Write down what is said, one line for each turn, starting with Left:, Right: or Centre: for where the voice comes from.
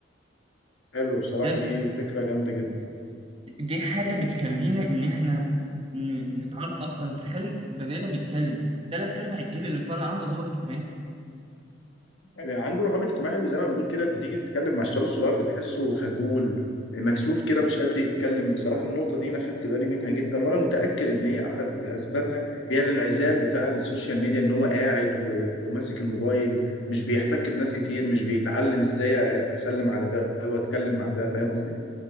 Left: حلو بصراحة
Right: ده
Left: دي فكرة جامدة جدا
Right: دي حاجة بتخلينا إن إحنا ن- نتعرف أكتر تخلي بني آدم يتكلم تلات أرباع الجيل اللي طالع عنده رهاب اجتماعي
Left: يعني عنده رهاب اجتماعي وزي ما بنقول كده بتيجي تتكلم مع الشباب الصغير بتحسه خجول مكسوف كده مش قادر يتكلم بصراحة النقطة دي أنا خدت بالي منها جدا وأنا متأكد إن هي أحد أسبابها هي الانعزال بتاع السوشيال ميديا إن هو قاعد و... وماسك الموبايل مش بيحتك بناس كتير مش بيتعلم إزاي أسلم على ده وأتكلم مع ده فاهم قصدي؟